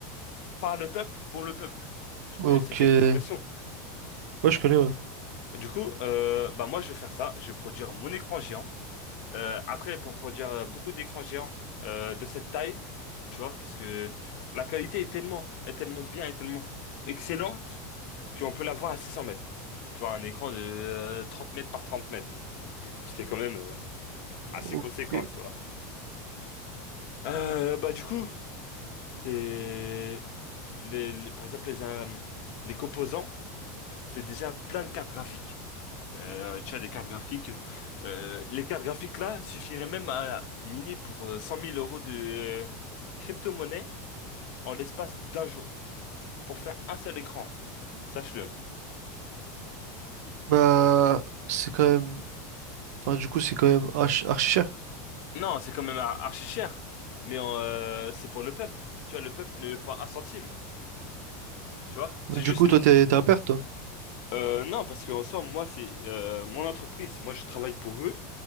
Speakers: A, on the left; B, on the right.
A: Par le peuple, pour le peuple. Tu
B: Ok.
A: connais cette
B: Ouais,
A: expression.
B: je connais, ouais.
A: Du coup, euh, bah, moi, je vais faire ça. Je vais produire mon écran géant. Euh, après, pour produire euh, beaucoup d'écrans géants euh, de cette taille, tu vois, parce que la qualité est tellement, est tellement bien, est tellement excellente qu'on peut l'avoir à 600 mètres. Tu vois, un écran de euh, 30 mètres par 30 mètres. C'est quand même euh, assez
B: Ok.
A: conséquent, tu vois. Euh, bah du coup, les, les, les- par exemple les, euh, les composants, c'est déjà plein de cartes graphiques. Euh, tu as des cartes graphiques. euh, les cartes graphiques là suffiraient même à miner pour euh, 100 000 euros de euh, crypto-monnaie en l'espace d'un jour pour faire un seul écran. Sache-le. hein.
B: Bah,
A: Pour faire-
B: c'est quand même... Enfin, du coup, c'est quand même archi, archi cher.
A: Non, c'est quand même ar- archi cher, mais euh, c'est pour le peuple. Tu vois, le peuple ne met pas un centime. Tu vois, c'est
B: Mais du
A: juste
B: coup, toi, t'es t'es à perte, toi.
A: Euh, non, parce qu'en somme, moi, c'est euh, mon entreprise. Moi, je travaille pour eux.